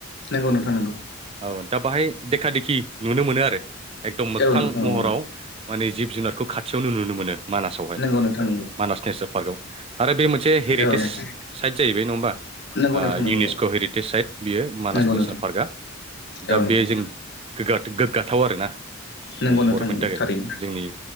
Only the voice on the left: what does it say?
नोंगौ नोंथां नोंगौ।
औ नोंथां
औ नंगौ
नंगौ नोंथां नंगौ
औ नोंथां
नंगौ नोंथां नंगौ
औ
नंगौ
नोंथां
औ नोंथां
नंगौ नोंथां
नंगौ
थारैनो